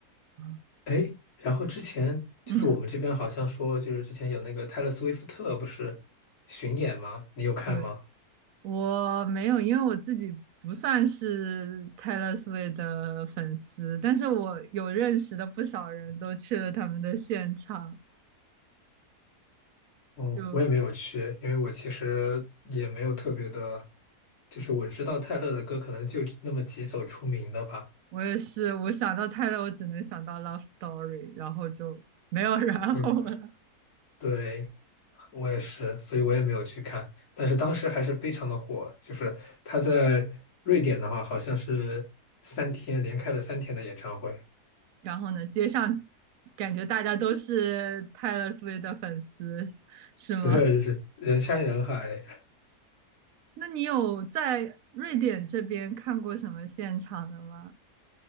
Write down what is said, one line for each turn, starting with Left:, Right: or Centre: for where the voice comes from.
Right: 啊
Left: 哎，然后之前就是我们这边好像说，
Right: 嗯，
Left: 就是之前有那个泰勒·斯威夫特不是巡演吗？你有看吗？
Right: 对。我没有，因为我自己不算是 Taylor Swift 的粉丝，但是我有认识的不少人都去了他们的现场。
Left: 哦，
Right: 就
Left: 我也没有去，因为我其实也没有特别的，就是我知道泰勒的歌可能就那么几首出名的吧。
Right: 我也是，我想到 Taylor，我只能想到 Love Story，然后就没有 <laughs> 然后了。
Left: 那个，对，我也是，所以我也没有去看。但是当时还是非常的火，就是他在瑞典的话，好像是三天连开了三天的演唱会，
Right: 然后呢，街上感觉大家都是 Taylor Swift 的粉丝，
Left: <laughs>
Right: 是吗？
Left: 对，是人山人海。
Right: 那你有在瑞典这边看过什么现场的吗？